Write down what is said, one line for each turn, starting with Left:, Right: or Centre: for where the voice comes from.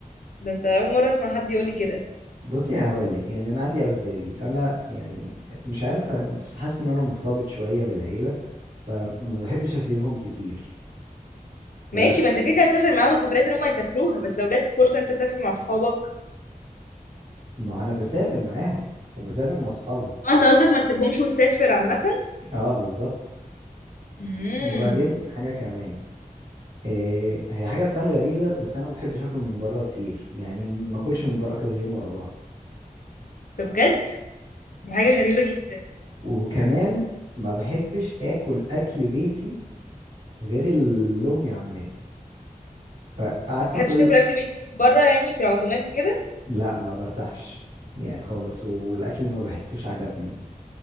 Left: ده انت أول مرة أسمع حد يقولي كده
Right: بصي هقول لك يعني انا عندي اسبابي انا يعني مش عارف بس حاسس ان انا مرتبط شويه بالعيله فما بحبش اسيبهم كتير فما
Left: ماشي ما انت كده كده هتسافر معاهم السفريات اللي هم هيسافروها بس لو جت فرصة انت تسافر مع صحابك
Right: انا بسافر معاهم وبسافر مع اصحابي
Left: اه انت قصدك ما تسيبهمش وتسافر عامة؟
Right: اه بالظبط
Left: امم
Right: وبعدين حاجه كمان إيه هي حاجه تبان غريبه بس انا ما بحبش اكل من بره كتير يعني ما اكلش من بره كذا يوم ورا بعض
Left: ده بجد دي حاجة غريبة جدا
Right: وكمان ما بحبش اكل اكل بيتي غير اللي امي عاملاه فعارفه
Left: ما بتحبش
Right: كل
Left: تاكل اكل بيتي من بره يعني في العزومات وكده
Right: لا ما برتاحش يعني خالص والاكل ما بحسوش عجبني